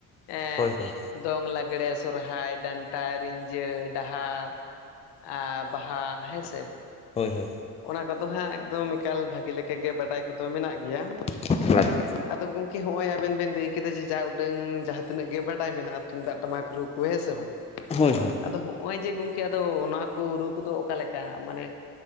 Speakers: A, on the left; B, on the left.
A: ᱮᱸᱜ
B: ᱦᱳᱭ ᱦᱳᱭ
A: <unintelligible> ᱫᱚᱝ, ᱞᱟᱜᱽᱲᱮ, ᱥᱚᱨᱦᱟᱭ, ᱰᱟᱱᱴᱟ, ᱨᱤᱡᱟᱹ, ᱰᱟᱦᱟᱨ ᱟᱻ ᱵᱟᱦᱟ ᱦᱮᱸ ᱥᱮ ᱾
B: ᱦᱳᱭ ᱦᱳᱭ,
A: ᱚᱱᱟ ᱠᱚᱫᱚ ᱦᱟᱸᱜ ᱮᱠᱫᱚᱢ ᱮᱠᱟᱞ ᱵᱷᱹᱟᱜᱤ ᱞᱮᱠᱟᱜᱮ ᱵᱟᱰᱟᱭ ᱠᱚᱫᱚ ᱢᱮᱱᱟᱜ ᱜᱮᱭᱟ ᱾
B: ᱟᱪᱪᱷᱟ ᱟᱪᱪᱷᱟ,
A: ᱟᱫᱚ ᱜᱚᱝᱠᱮ ᱦᱚᱸᱜᱼᱚᱭ ᱟᱵᱮᱱ ᱵᱮᱱ ᱞᱟᱹᱭ ᱠᱮᱫᱟ ᱡᱮ ᱡᱟ ᱩᱰᱟᱹᱝ ᱡᱟᱦᱟᱸ ᱛᱤᱱᱟᱹᱜ ᱜᱮ ᱵᱟᱰᱟᱭ ᱢᱮᱱᱟᱜ-ᱟ ᱛᱩᱢᱫᱟᱜ ᱴᱟᱢᱟᱠ ᱨᱩ ᱠᱚ ᱦᱮᱸ ᱥᱮ ᱵᱟᱝ?
B: ᱦᱳᱭ ᱦᱳᱭ,
A: ᱟᱫᱚ ᱦᱚᱜ-ᱚᱭ ᱡᱮ ᱜᱚᱝᱠᱮ ᱟᱫᱚ ᱱᱚᱣᱟ ᱠᱚ ᱨᱩ ᱠᱚᱫᱚ ᱚᱠᱟᱞᱮᱠᱟ? ᱢᱟᱱᱮ